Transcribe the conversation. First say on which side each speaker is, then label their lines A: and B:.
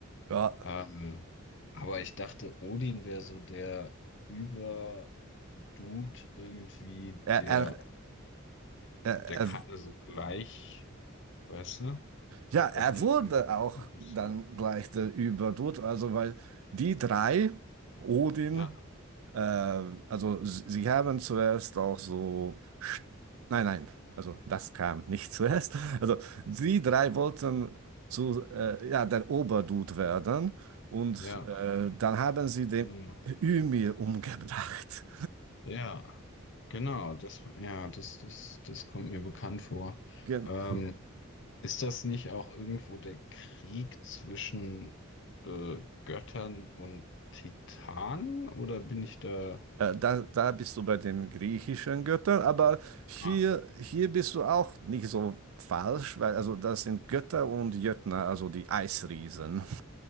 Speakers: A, on the right; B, on the left.
A: Ja,
B: Ähm, aber ich dachte, Odin wäre so der Über-Dude irgendwie,
A: er,
B: der,
A: er, er, er
B: der keine so gleich, weißt du,
A: Ja, er
B: was denn
A: wurde
B: mit den Geschwistern
A: auch
B: passiert.
A: dann gleich der Überdude, also weil die drei, Odin,
B: Ja,
A: äh, also s- sie haben zuerst auch so, sch- nein, nein, also das kam nicht <laughs> zuerst, also die drei wollten zu, äh, ja, der Oberdude werden und
B: ja,
A: äh, dann haben sie den
B: genau.
A: Ymir umgebracht.
B: Ja, genau, das, ja, das, das, das kommt mir bekannt vor.
A: <laughs>
B: Ja. Ähm, ist das nicht auch irgendwo der Krieg zwischen äh, Göttern und Titanen oder bin ich da?
A: Äh, Da, da bist du bei den griechischen Göttern, aber hier,
B: Ah,
A: hier bist du auch nicht so falsch, weil also das sind Götter und Jötner, also die Eisriesen. <laughs>